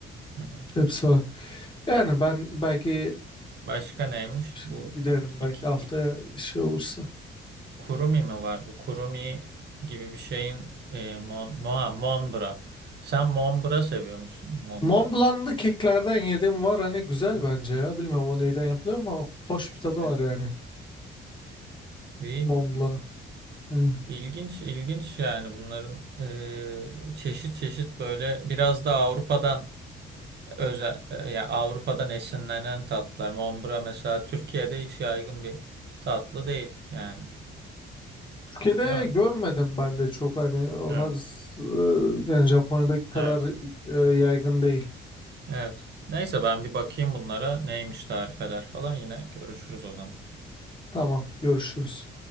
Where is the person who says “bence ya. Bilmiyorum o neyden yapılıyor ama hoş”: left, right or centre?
Left